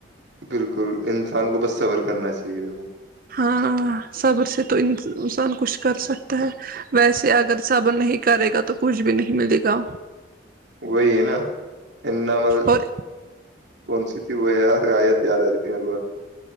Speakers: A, on the right (about 65°); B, on the right (about 45°).
A: بالکل انسان کو بس سبور کرنا چاہیے تھا وہ
B: ہاں صبر سے تو انسان کچھ کر سکتا ہے ویسے اگر صبر نہیں کرے گا تو کچھ بھی نہیں ملے گا
A: وہی ہے نا اننا م
B: اور
A: کون سی تھی وہ رعایت یاد آ رہی تھی میرے کو